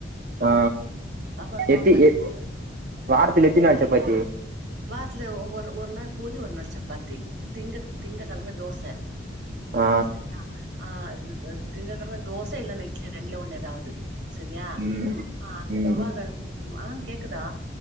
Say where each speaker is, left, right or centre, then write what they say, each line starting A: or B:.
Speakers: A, on the right (about 45°); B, on the right (about 65°).
A: ஆ
B: அ பண்ணுவாங்க
A: எத்தி எ வாரத்துல எத்தி நாள் சப்பாத்தி
B: வாரத்துல ஒரு ஒரு நாள் பூரி ஒரு நாள் சப்பாத்தி திங்கங் திங்க கெழம தோச
A: ஆ
B: செரியா ஆ து து திங்ககெழம தோச இல்லன்னா இட்லி ரெண்டுல ஒண்ணு எதாவது செரியா
A: ம்
B: ஆ செவ்வா
A: ம்
B: கெழ ம ஆ கேக்குதா